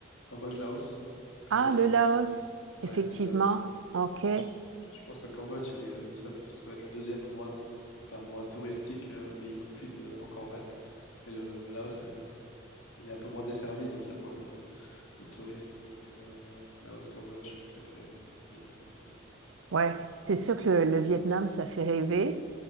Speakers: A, on the left; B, on the right.
A: Cambodge, Laos, Cambodge,
B: Ah,
A: Laos.
B: le Laos,
A: Ouais,
B: effectivement.
A: le Laos.
B: OK.
A: Je, je pense que le Cambodge, il est, euh, ça, ça va être le deuxième moins, enfin, moins touristique, euh, mais il profite de Angkor Wat. Mais le, le Laos, il est un peu moins desservi, donc il y a moins de, de touristes. Donc, euh, ouais, Laos, Cambodge, puis après Vietnam, probablement.
B: Ouais, c'est sûr que le, le Vietnam, ça fait rêver.